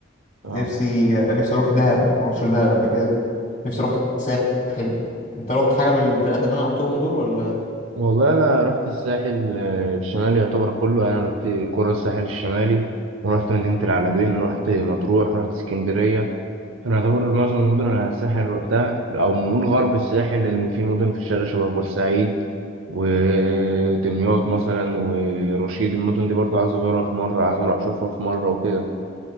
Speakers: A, on the right; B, on the left.
A: اه
B: نفسي آه، نفسي اروح دهب ما رحتش دهب قبل كده نفسي اروح الساحل انت رحت حاجه من الثلاثه اللي انا قلتهم دول ولا
A: والله انا رحت الساحل آه، الشمالي يعتبر كله يعني رحت قرى الساحل الشمالي ورحت مدينة العلمين رحت مطروح رحت اسكندرية فانا يعتبر معظم المدن على الساحل روحتها او نقول غرب الساحل لان في مدن في الشرق شبه بورسعيد ودمياط مثلا ورشيد المدن دي برضو عايز اغيرها في مرة عايز اروح اشوفها في مرة وكده